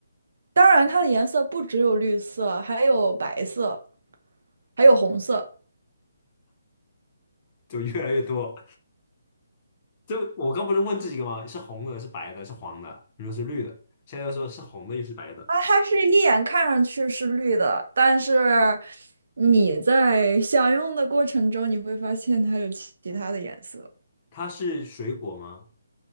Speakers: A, on the right; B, on the left.
A: 当然它的颜色不只有绿色，还有白色，还有红色。
B: 就越来越多。就我刚不是问这几个吗？是红的，是白的，是黄的，你说是绿的，现在又说是红的，又是白的。
A: 啊，它是一眼看上去是绿的，但是你在享用的过程中，你会发现它有其其他的颜色。
B: 它是水果吗？